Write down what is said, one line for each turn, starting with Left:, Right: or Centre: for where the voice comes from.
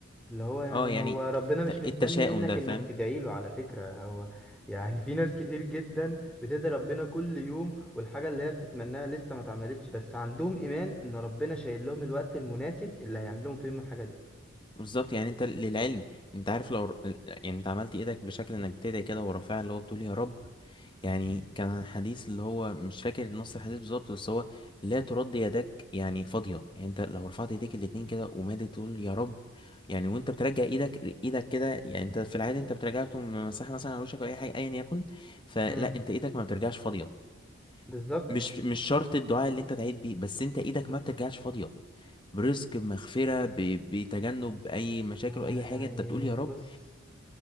Centre: اللي هو يعني
Left: اه يعني
Centre: هو ربنا مش
Left: الت-
Centre: مستني
Left: التشاؤم
Centre: منك
Left: ده
Centre: انك
Left: فاهم
Centre: تدعي له على فكرة هو يعني في ناس كتير جدا بتدعي ربنا كل يوم والحاجة اللي هي بتتمناها لسه ما اتعملتش بس عندهم ايمان ان ربنا شايل لهم الوقت المناسب اللي هيعمل لهم فيهم الحاجة دي
Left: بالظبط يعني انت للعلم انت عارف لو ر- يعني انت عملت ايدك بشكل انك بتدعي كده ورافعها اللي هو بتقول يا رب يعني كان حديث اللي هو مش فاكر نص الحديث بالظبط بس هو لا ترد يدك يعني فاضية يعني انت لو رفعت ايديك الاتنين كده ومادي تقول يا رب يعني وانت بترجع ايدك ايدك كده يعني انت في العادي انت بترجعها بتقوم مسحها مثلا على وشك او اي حاجة ايا يكن فلا
Centre: امم
Left: انت ايدك ما بترجعش فاضية
Centre: بالظبط
Left: مش مش شرط الدعاء اللي انت دعيت بيه بس انت ايدك ما بترجعش فاضية برزق بمغفرة ب... بتجنب أي مشاكل
Centre: آه،
Left: وأي
Centre: يعني
Left: حاجة أنت بتقول يا رب
Centre: بص